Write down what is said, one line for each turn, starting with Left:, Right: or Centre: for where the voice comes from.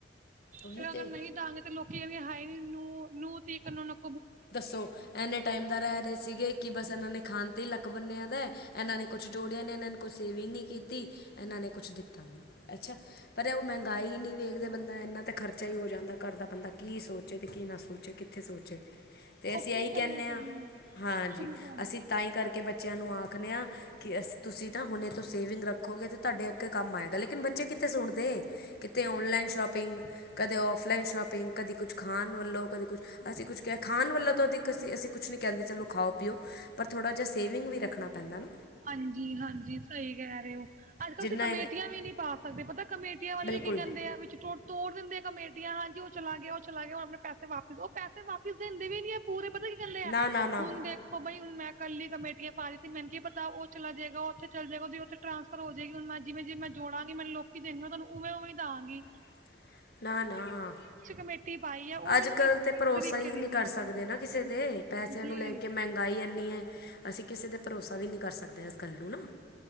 Left: ਉਹੀ
Right: ਫੇਰ
Left: ਤੇ
Right: ਅਗਰ ਨਹੀਂ ਦਾਂਗੇ ਲੋਕੀ ਏ ਵੇ ਹਾਏ ਨੂੰ, ਨੂੰ ਤੀ ਕਨੋ ਨੱਕ
Left: ਦੱਸੋ। ਇੰਨੇ ਟਾਈਮ ਦਾ ਰਹਿ ਰਹੇ ਸੀਗੇ ਕਿ ਬਸ ਇਹਨਾਂ ਨੇ ਖਾਣ ਤੇ ਹੀ ਲੱਕ ਬੰਨਿਆ ਦਾ, ਇਹਨਾਂ ਨੇ ਕੁਛ ਜੋੜਿਆਂ ਨੇ ਇਹਨਾਂ ਨੂੰ ਕੋਈ ਸੇਵਿੰਗ ਨਹੀਂ ਕੀਤੀ, ਇਹਨਾਂ ਨੇ ਕੁਛ ਦਿੱਤਾ ਨਹੀਂ। ਅੱਛਾ, ਪਰ ਉਹ ਮਹਿੰਗਾਈ ਨਹੀਂ ਵੇਖਦੇ ਬੰਦਾ ਇੰਨਾ ਤਾਂ ਖਰਚਾ ਹੀ ਹੋ ਜਾਂਦਾ ਕਾਰ ਦਾ, ਬੰਦਾ ਕੀ ਸੋਚੇ ਤੇ ਕੀ ਨਾ ਸੋਚੇ ਕਿੱਥੇ ਸੋਚੇ। ਅਤੇ ਅਸੀਂ
Right: ਉਹ ਕੀ
Left: ਇਹੀ
Right: ਗੱਲਾਂ
Left: ਕਹਿੰਨੇ
Right: ਕਰਨੀਆਂ
Left: ਆਂ, ਹਾਂਜੀ
Right: ਸ਼ੁਰੂ ਕਰ ਦਿੰਦੇ
Left: ਅਸੀਂ ਤਾਂਹੀ
Right: ਆ।
Left: ਕਰਕੇ ਬੱਚਿਆਂ ਨੂੰ ਆਖਨੇ ਹਾਂ ਕਿ ਅਸੀਂ ਤੁਸੀਂ ਤਾਂ ਹੁਣੇ ਤੋਂ ਸੇਵਿੰਗ ਰੱਖੋਗੇ ਤੇ ਤੁਹਾਡੇ ਅੱਗੇ ਕੰਮ ਆਏਗਾ, ਲੇਕਿਨ ਬੱਚੇ ਕਿੱਥੇ ਸੁਣਦੇ ਕਿਤੇ ਔਨਲਾਈਨ
Right: ਬਿਲਕੁਲ
Left: ਸ਼ੋਪਿੰਗ ਕਦੇ ਔਫਲਾਈਨ ਸ਼ੋਪਿੰਗ ਕਦੇ ਕੁਛ ਖਾਣ ਵੱਲੋਂ ਕਦੇ ਕੁਛ ਅਸੀਂ
Right: ਜੀ।
Left: ਕੁਛ ਕਿਹਾ ਖਾਣ ਵੱਲੋਂ ਤਾਂ ਅਧਿਕ ਅਸੀਂ ਅਸੀਂ ਕੁਛ ਨਹੀਂ ਕਹਿੰਦੇ ਚਲੋ ਖਾਓ ਪੀਓ, ਪਰ ਥੋੜ੍ਹਾ ਜਿਹਾ ਸੇਵਿੰਗ ਵੀ ਰੱਖਣਾ ਪੈਂਦਾ ਨਾ।
Right: ਹਾਂਜੀ-ਹਾਂਜੀ ਸਹੀ ਕਹਿ ਰੇ ਓ। ਅੱਜ ਕੱਲ੍ਹ
Left: ਜਿੰਨਾ
Right: ਤੁਸੀਂ ਕਮੇਟੀਆਂ
Left: ਇਹ
Right: ਵੀ ਨਹੀਂ ਪਾ ਸਕਦੇ, ਪਤਾ ਕਮੇਟੀਆਂ ਵਾਲੇ
Left: ਬਿਲਕੁਲ
Right: ਵੀ ਕੀ ਕਹਿੰਦੇ ਆ ਵਿੱਚੋ ਤੋੜ ਦਿੰਦੇ ਆ ਕਮੇਟੀਆਂ, ਹਾਂਜੀ ਉਹ ਚਲਾ ਗਿਆ ਉਹ ਚਲਾ ਗਿਆ, ਹੁਣ ਆਪਣੇ ਪੈਸੇ ਵਾਪਿਸ, ਉਹ ਪੈਸੇ ਵਾਪਿਸ ਦੇਿੰਦੇ ਵੀ ਨ ਆ ਪੂਰੇ ਪਤਾ ਕੀ ਕਹਿੰਦੇ ਆ
Left: ਨਾ ਨਾ ਨਾ
Right: ਹੁਣ ਦੇਖੋ ਬਾਈ ਹੁਣ ਮੈਂ ਕੱਲੀ ਕਮੇਟੀਆਂ ਪਾ ਦਿੱਤੀ ਮੈਨੂੰ ਕੀ ਪਤਾ ਤਾਂ ਉਹ ਚਲਾ ਜਾਏਗਾ ਉਥੇ ਚਲਾ ਜਾਏਗਾ ਉਹਦੀ ਉੱਥੇ ਟਰਾਂਸਫਰ ਹੋ ਜਾਏਗੀ ਹੁਣ ਮੈਂ ਜਿਵੇਂ ਜਿ ਮੈਂ ਜੋੜਾਂਗੀ ਮੈਨੂੰ ਲੋ ਕਿ ਦੇਣਗੇ ਮੈ ਤੁਹਾਨੂੰ ਉਵੇਂ ਉਵੇਂ ਦਾਗੀ।
Left: <inaudible> ਨਾ-ਨਾ,
Right: ਕਮੇਟੀ ਪਾਈ ਆ ਉਹ
Left: ਅੱਜ
Right: ਮੈਨੂੰ
Left: ਕੱਲ
Right: ਇਸ
Left: ਤੇ ਭਰੋਸਾ
Right: ਤਰੀਕੇ
Left: ਹੀ
Right: ਦੀ
Left: ਨਹੀਂ
Right: ਮਿਲੀ।
Left: ਕਰ ਸਕਦੇ ਨਾ ਕਿਸੇ ਦੇ। ਪੈਸਿਆਂ
Right: ਜੀ
Left: ਨੂੰ ਲੈ ਕੇ ਮਹਿੰਗਾਈ ਇੰਨੀ ਐ, ਅਸੀਂ ਕਿਸੇ ਤੇ ਭਰੋਸਾ ਵੀ ਨਹੀਂ ਕਰ ਸਕਦੇ। ਗੱਲ ਨੂੰ ਨਾ